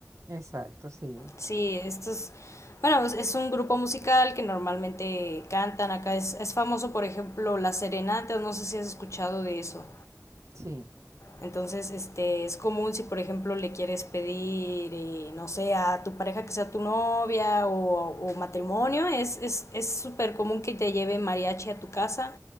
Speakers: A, on the right; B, on the left.
A: Exacto, sí,
B: Sí, esto es, bueno, es- es un grupo musical que normalmente cantan acá. Es, es famoso, por ejemplo, las serenatas, no sé si has escuchado de eso.
A: sí.
B: Entonces, este, es común si, por ejemplo, le quieres pedir, eh, no sé, a tu pareja que sea tu novia o, o matrimonio, es es es súper común que te lleve mariachi a tu casa.